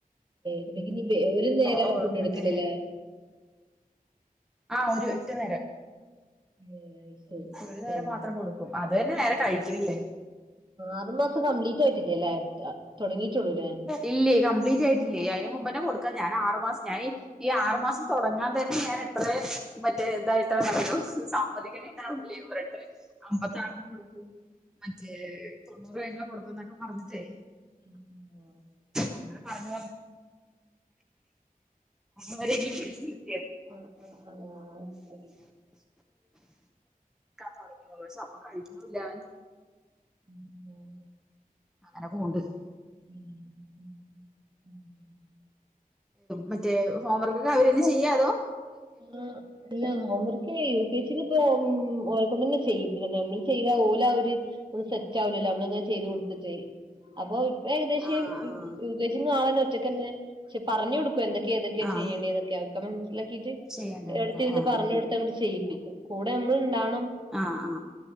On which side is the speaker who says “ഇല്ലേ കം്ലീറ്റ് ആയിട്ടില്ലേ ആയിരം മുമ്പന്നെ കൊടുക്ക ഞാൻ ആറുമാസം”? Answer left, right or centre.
Centre